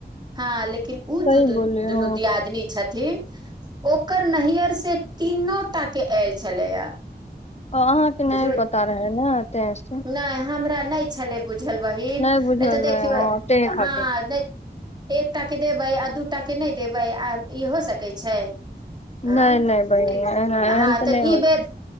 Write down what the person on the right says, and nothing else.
हँ लेकिन लेकिन, ओ
जू द
दुनु
दियादनी छथि ओकर नैयर से तीनो टा के आयल छलैया।
बुझलहु
नहि हमरा नहि छलै बुझ झल बहिन
नहि तऽ देखयो
हँ नहि। एकटा के देबै आ दू टा के नहि देबै? आ ई हो सकै छै? आँ
हँ
ई
बेर